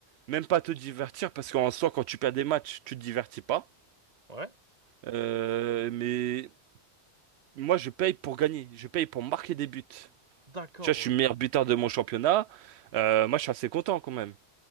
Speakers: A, on the right; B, on the right.
A: même pas te divertir, parce qu'en soi, quand tu perds des matchs, tu te divertis pas.
B: Ouais.
A: Euh, mais moi, je paye pour gagner, je paye pour marquer des buts.
B: D'accord,
A: Tu vois, je
B: ouais.
A: suis meilleur buteur de mon championnat. Euh, moi, je suis assez content quand même.